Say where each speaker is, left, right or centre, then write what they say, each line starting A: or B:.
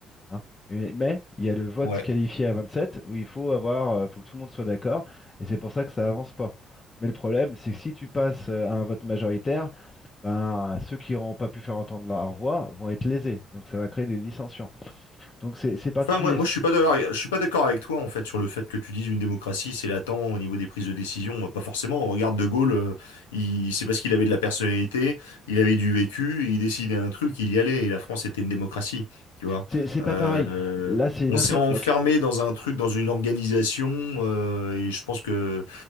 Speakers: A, on the left; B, on the left.
A: hein. Et- mais il y a le vote
B: Ouais.
A: qualifié à 27 où il faut avoir, euh, faut que tout le monde soit d'accord, et c'est pour ça que ça avance pas. Mais le problème, c'est que si tu passes euh, à un vote majoritaire, ben, ceux qui n'auront pas pu faire entendre leur voix vont être lésés. Donc ça va créer des dissensions. Donc c'est c'est particulier.
B: Enfin, moi, moi, je suis pas d'accord, je suis pas d'accord avec toi en fait sur le fait que tu dises une démocratie c'est latent au niveau des prises de décision. Pas forcément. On regarde De Gaulle, euh, il, c'est parce qu'il avait de la personnalité, il avait du vécu, il décidait un truc, il y allait. Et la France était une démocratie, tu vois.
A: C'est c'est pas
B: Euh,
A: pareil. Là, c'est une
B: on
A: autre
B: s'est
A: époque.
B: enfermé dans un truc, dans une organisation, euh, et je pense que